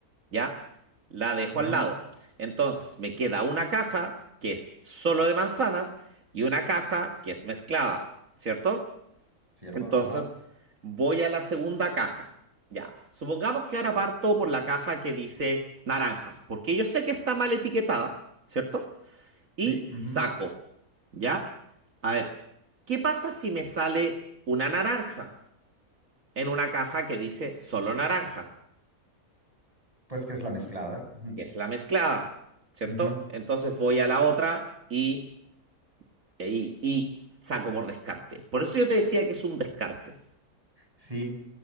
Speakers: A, on the right; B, on the right.
A: ¿ya? La dejo
B: ujú,
A: al lado. Entonces, me queda una caja que es solo de manzanas y una caja que es mezclada, ¿cierto?
B: ¿cierto?
A: Entonces,
B: Ajá.
A: voy a la segunda caja. Ya, supongamos que ahora parto por la caja que dice naranjas, porque yo sé que está mal etiquetada, ¿cierto? Y
B: Sí,
A: saco,
B: ujú.
A: ¿ya? A ver, ¿qué pasa si me sale una naranja en una caja que dice solo naranjas?
B: Pues que es la mezclada. Ujú.
A: Que es la mezclada, ¿cierto?
B: ujú.
A: Entonces voy a la otra y, e, y, y saco por descarte. Por eso yo te decía que es un descarte.
B: Sí.